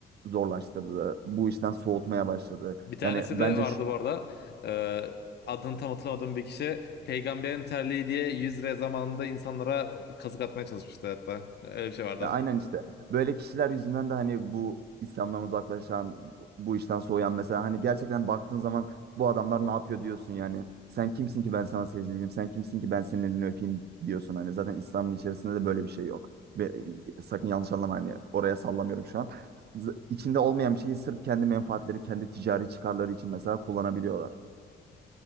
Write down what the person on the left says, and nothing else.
Bir tanesi
de vardı
bu arada. E, adını tam hatırlamadığım bir kişi peygamberin terliği diye 100 liraya zamanında insanlara e, kazık atmaya çalışmıştı hatta. Öyle bir şey vardı.